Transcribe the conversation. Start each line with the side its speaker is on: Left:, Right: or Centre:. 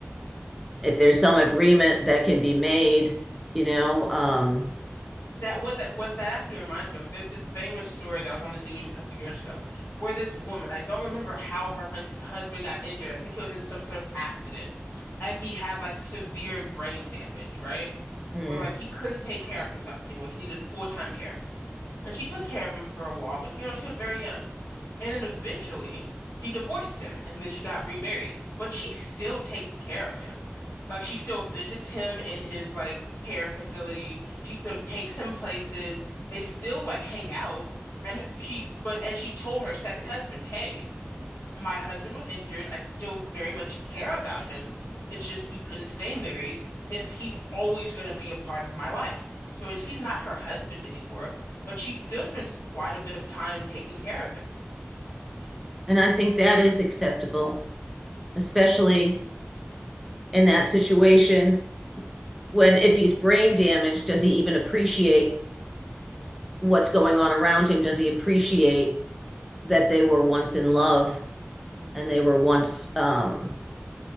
Centre: if there's some agreement that can be made, you know, um,
Left: That what that what that actually reminds me of, there's this famous story that was on the news a couple of years ago where this woman, I don't remember how her hun husband got injured. I think he was in some sort of accident and he had like severe brain damage, right?
Centre: mm.
Left: Where like he couldn't take care of himself anymore. He needed full-time care. and she took care of him for a while, but you know, she was very young. And then eventually he divorced him and then she got remarried. But she still takes care of him. Like she still visits him in his like care facility. She still takes him places. They still like hang out. And she but and she told her second husband, hey, my husband was injured. I still very much care about him. It's just we couldn't stay married if he's always going to be a part of my life. So is he's not her husband anymore, but she still spends quite a bit of time taking care of him.
Centre: and I think that is acceptable, especially in that situation when if he's brain damaged, does he even appreciate what's going on around him? Does he appreciate that they were once in love and they were once um,